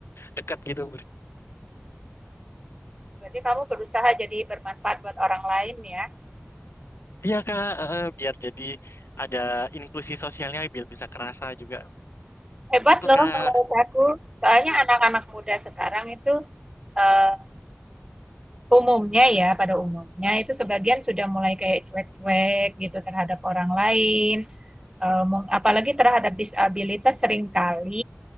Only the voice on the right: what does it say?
Berarti kamu berusaha jadi bermanfaat buat orang lain ya.
Hebat
loh
menurut aku. Soalnya anak-anak muda sekarang itu eh, umumnya ya, pada umumnya itu sebagian sudah mulai kayak cuek-cuek gitu terhadap orang lain. Eh, mung- apalagi terhadap disabilitas seringkali